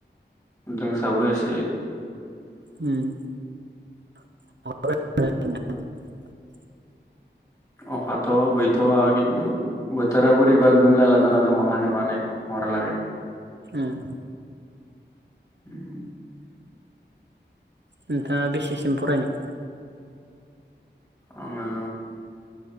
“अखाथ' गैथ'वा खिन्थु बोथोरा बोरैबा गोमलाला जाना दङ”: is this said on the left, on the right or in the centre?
Left